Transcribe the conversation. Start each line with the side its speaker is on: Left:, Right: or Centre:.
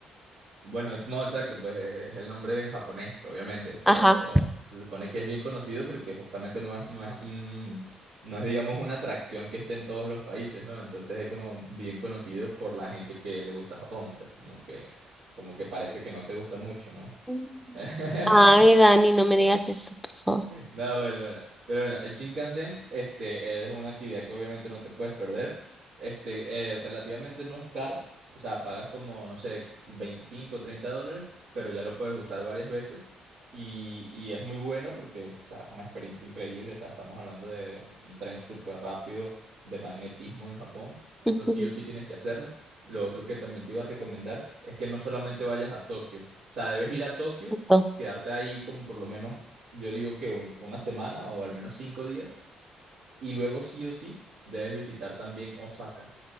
Right: Bueno, no, exacto, pues eh, es el nombre en japonés, obviamente, pero
Centre: Ajá.
Right: se supone que es bien conocido porque justamente no es, no es un, no es, digamos, una atracción que esté en todos los países, ¿no? Entonces es como bien conocido por la gente que le gusta Japón, pues como que, como que parece que no te gusta mucho, ¿no?
Centre: Mm.
Right: <laughs>
Centre: Ay, Dani, no me digas eso, por favor.
Right: No, bueno, bueno. Pero bueno, el Shinkansen este, es una actividad que obviamente no te puedes perder. Este, eh, relativamente no es caro. O sea, pagas como, no sé, 25 o 30 dólares, pero ya lo puedes usar varias veces. Y, y es muy bueno porque, o sea, es una experiencia increíble. O sea, estamos hablando de un tren súper rápido de magnetismo en Japón. Eso
Centre: Ujú.
Right: sí o sí tienes que hacerlo. Lo otro que también te iba a recomendar es que no solamente vayas a Tokio. O sea, debes ir a Tokio,
Centre: Justo,
Right: quedarte ahí como por lo menos yo digo que un- una semana o al menos cinco días. Y luego sí o sí debes visitar también Osaka.